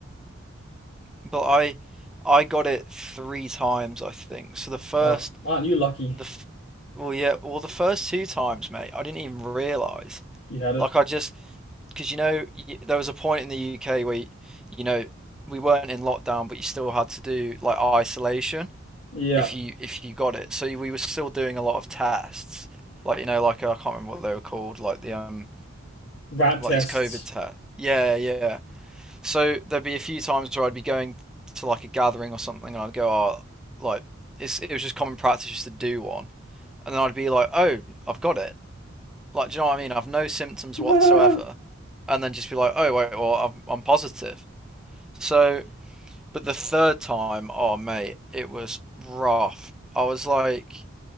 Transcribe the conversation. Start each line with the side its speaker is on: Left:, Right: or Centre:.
Centre: but I I got it three times, I think. So the first
Left: Oh, aren't you lucky?
Centre: the f- well yeah, well the first two times, mate, I didn't even realize.
Left: You had it.
Centre: Like I just because you know y there was a point in the UK where you, you know we weren't in lockdown, but you still had to do like isolation
Left: Yeah.
Centre: if you if you got it. So we were still doing a lot of tests, like you know, like uh, I can't remember what they were called, like the um
Left: Rat
Centre: like
Left: tests.
Centre: these COVID tests. Yeah, yeah. So there'd be a few times where I'd be going to like a gathering or something, and I'd go, "Oh, like it's it was just common practice just to do one," and then I'd be like, "Oh, I've got it." Like, do you know what I mean? I've no symptoms
Left: <laughs>
Centre: whatsoever, and then just be like, "Oh, wait, well, I'm I'm positive." So, but the third time, oh mate, it was rough. I was like,